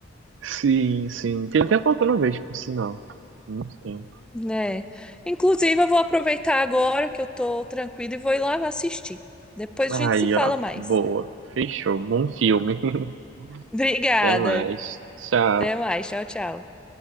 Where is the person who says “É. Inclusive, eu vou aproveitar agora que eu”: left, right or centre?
Centre